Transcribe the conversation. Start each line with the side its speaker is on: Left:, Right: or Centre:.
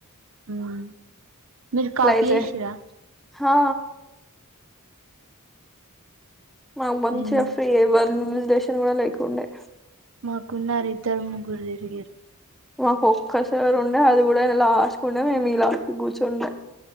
Right: మ్మ్ మీరు కాపీ
Centre: లైతే
Right: చేసిరా
Centre: హా మాకు మంచిగా
Right: నేను
Centre: ఫ్రీ వన్జటేషన్ కూడా లేకుండే
Right: మాకున్నారు ఇద్దరు ముగ్గురు తిరిగిరు
Centre: మాకు ఒక్కసార్ ఉండే అది కూడా ఆయన లాస్ట్ కుండే మేము ఈ లాస్ట్ గూచుండే